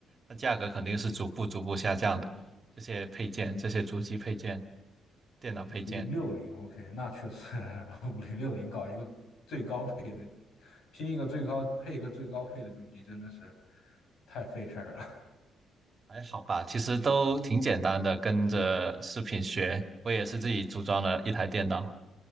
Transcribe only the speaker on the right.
那价格肯定是逐步逐步下降的。这些配件，这些主机配件、电脑配件
还好吧，其实都挺简单的，跟着视频学，我也是自己组装了一台电脑。